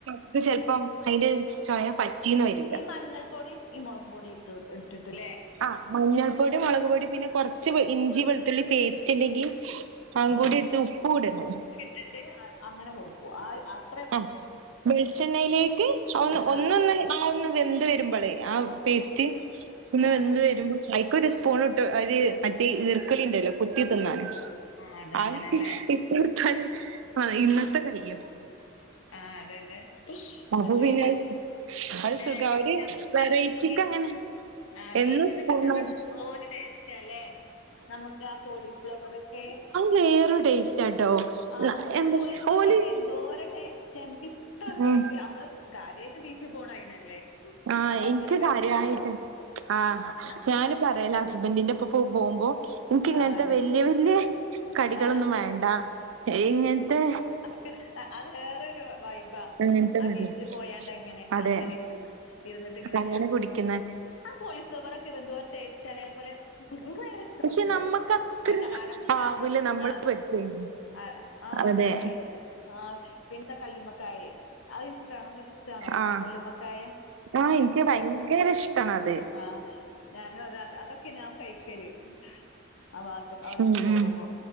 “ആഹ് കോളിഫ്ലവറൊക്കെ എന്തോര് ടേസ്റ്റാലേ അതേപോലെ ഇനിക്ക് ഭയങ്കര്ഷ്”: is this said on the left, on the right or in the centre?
Left